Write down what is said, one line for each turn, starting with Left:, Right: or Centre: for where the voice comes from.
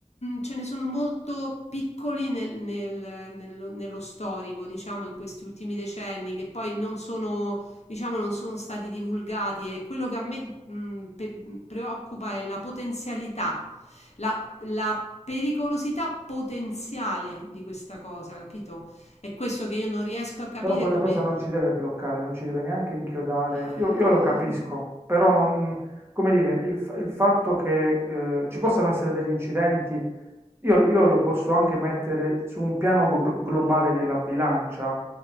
Left: ce ne sono molto piccoli nel- nel- nello, nello storico, diciamo, in questi ultimi decenni, che poi non sono, diciamo, non sono stati divulgati. E quello che a me mh, pe- preoccupa è la potenzialità, la, la pericolosità potenziale di questa cosa, capito? È questo che io non riesco a capire
Right: Però quella
Left: come...
Right: cosa non ci deve bloccare, non ci deve neanche inchiodare.
Left: Eh,
Right: Io, io lo capisco, però non, come dire, il, f- il fatto che eh, ci possano essere degli incidenti Io, io lo posso anche mettere su un piano gobl- globale della bilancia,